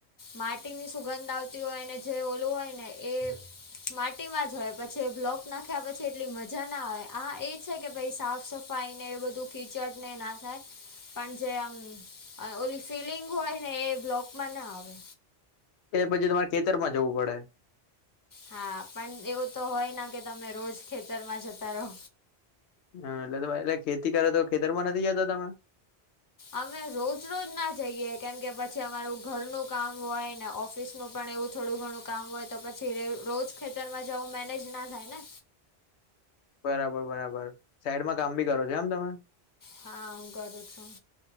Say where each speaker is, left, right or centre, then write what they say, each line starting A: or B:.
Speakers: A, on the left; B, on the left.
A: માટીની સુગંધ આવતી હોયને જે ઓલું હોય ને એ માટીમાં જ હોય પછી એ બ્લોક નાખ્યા પછી એટલી મજા ના આવે આ એ છે કે ભાઈ સાફ સફાઈ ને એ બધું કીચડ ને ના થાય પણ જે આમ ઓલી ફિલિંગ હોય ને એ બ્લોકમાં ના આવે
B: એ પછી તમારે ખેતર માં જવું પડે
A: હા પણ એવું તો હોય કે તમે રોજ ખેતરમાં જતા રહો
B: હા એટલે એટલે ખેતી કરો તો ખેતરમાં નથી જતો તમે
A: અમે રોજ રોજ ના જઈએ કેમ કે પછી અમારું ઘરનું કામ હોય ને ઓફિસ નું પણ એવું થોડું ઘણું કામ હોય તો પછી રોજ ખેતરમાં જવું મેનેજ ના થાય ને
B: બરાબર બરાબર સાઈડમાં કામ બી કરો છો એમ તમે
A: હા હું કરું છું